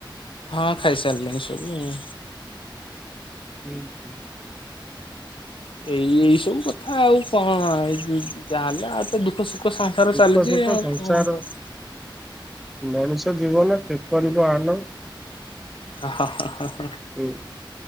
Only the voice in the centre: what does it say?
ହୁଁ ହୁଁ।
ଦୁଃଖ
ସୁଖ
ସଂସାର
ମଣିଷ ଜୀବନ କି କରିବ ଆନ।
ହୁଁ